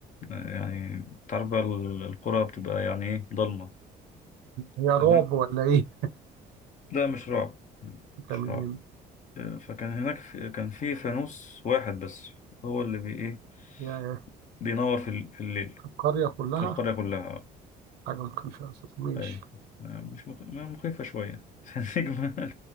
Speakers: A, on the left (about 45°); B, on the right (about 85°).
A: آه، يعني تعرف بقى ال- القرى بتبقى يعني ايه ضلمة
B: هي رعب
A: تمام
B: ولا ايه
A: ده مش رعب
B: تمام
A: مش رعب آه، فكان هناك في كان في فانوس واحد بس هو اللي بي ايه
B: يا
A: بينور في, ال- في الليل
B: القرية كلها
A: في القرية كلها
B: حاجة ممكن فيها أساس ماشي
A: اي مش مخ... ما مخيفة شوية <laughs> فالنجمة